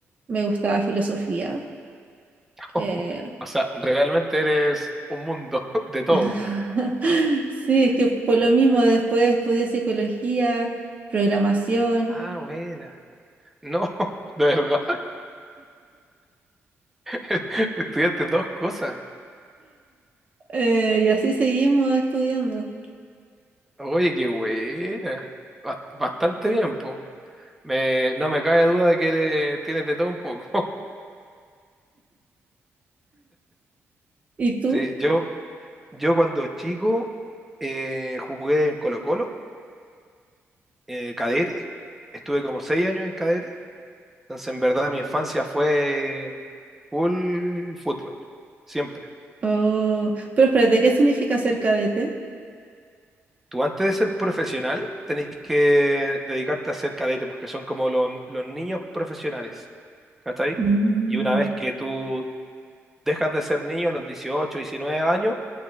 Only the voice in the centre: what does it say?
<laughs>
O sea, realmente eres un mundo <laughs> de todo.
Ah, bueno. No, <laughs> de verdad. <laughs> Estudiaste dos cosas.
Oye, qué buena. Bas- Bastante bien, po. Me, no me cabe duda de que eres- tienes de todo un poco. <laughs>
Sí, yo, yo cuando chico eh, jugué en Colo-Colo, eh, cadete. Estuve como seis años en cadete. Entonces, en verdad, mi infancia fue full fútbol. Siempre.
Tú antes de ser profesional tenés que dedicarte a ser cadete, porque son como los, los niños profesionales, ¿cachai?
Y una vez que tú dejas de ser niño a los 18, 19 años,